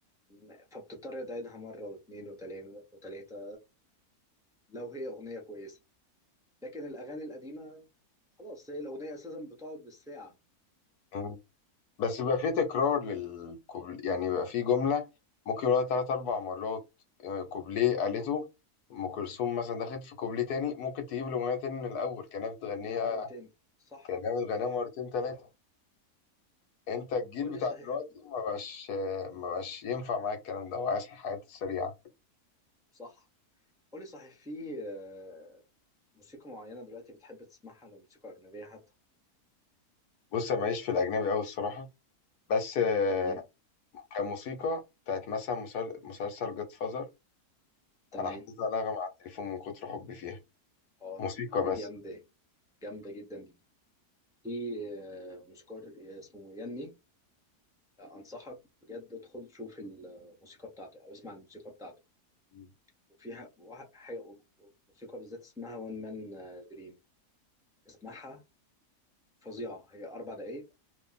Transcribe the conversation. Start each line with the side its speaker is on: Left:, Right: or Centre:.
Centre: م- فبتضطر تعيدها مرة واتنين وتلاتة وتلاتة لو هي أغنية كويسة لكن الأغاني القديمة خلاص هي الأغنية أساسا بتقعد بالساعة
Left: مم. بس بيبقى فيه تكرار للكوبل يعني بيبقى فيه جملة ممكن يقولها تلات أربع مرات آه، كوبليه قالته
Centre: صح
Left: أم كلثوم مثلا دخلت في كوبليه تاني ممكن تجيب الأغنية تاني من الأول كأنها بتغنيها
Centre: من أول تاني صح
Left: كأنها بتغنيها
Centre: صح
Left: مرتين تلاتة أنت الجيل
Centre: قول
Left: بتاع
Centre: لي صحيح
Left: دلوقتي ما بقاش آه، ما بقاش ينفع معاك الكلام ده وعايز الحاجات السريعة
Centre: صح قول لي صحيح في آه، موسيقى معينة دلوقتي بتحب تسمعها لو موسيقى أجنبية حتى
Left: بص أنا ماليش في الأجنبي أوي الصراحة بس آه،
Centre: تمام
Left: كموسيقى بتاعت مثلا مسل- مسلسل جاد فازر
Centre: تمام
Left: انا حافظها نغمة على التليفون من كتر حبي فيها
Centre: اه
Left: موسيقى
Centre: دي
Left: بس
Centre: جامدة جامدة جدا دي في آه، موسيقار اسمه ياني انصحك بجد ادخل شوف الموسيقى بتاعته او اسمع الموسيقى بتاعته
Left: مم.
Centre: وفيها واحد حاجه موسيقى بالذات اسمها وان مان دريم اسمعها فظيعه هي اربع دقايق